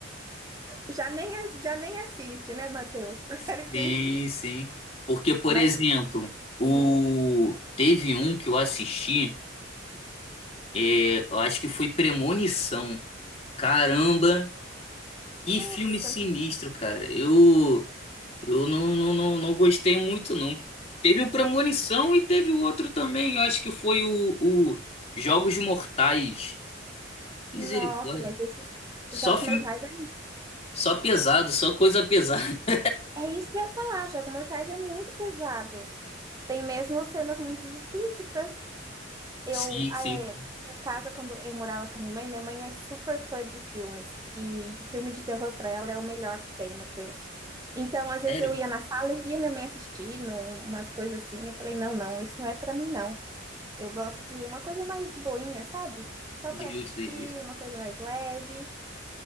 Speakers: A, on the right (about 20°); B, on the left (about 35°).
A: Já nem, a- já nem assiste, né, Matheus? <laughs> Prefere
B: <laughs>
A: que.
B: Sim, sim. Porque, por
A: Mas,
B: exemplo, o
A: uhum.
B: teve um que eu assisti, é, eu acho que foi Premonição. Caramba, que
A: Nossa,
B: filme sinistro, cara. Eu Eu não, não, não, não gostei muito, não. Teve o Premonição e teve o outro também. Eu acho que foi o, o Jogos Mortais. Misericórdia.
A: nossa, mas esses
B: Só
A: Jogos
B: filme,
A: Mortais é
B: só pesado, só coisa pesada. <laughs>
A: É isso que eu ia falar, Jogos Mortais é muito pesado. Tem mesmo cenas muito explícitas. Eu,
B: Sim,
A: ah,
B: sim.
A: é, em casa, quando eu morava com a minha mãe, minha mãe é super fã de filmes. E filme de terror pra ela é o melhor que tem, Matheus. Então, às vezes
B: Sério?
A: eu ia na sala e via minha mãe assistindo umas coisas assim. Eu falei, não, não, isso não é pra mim, não. Eu gosto de uma coisa mais de boinha, sabe? Só
B: Justo,
A: pra assistir,
B: justo.
A: uma coisa mais leve.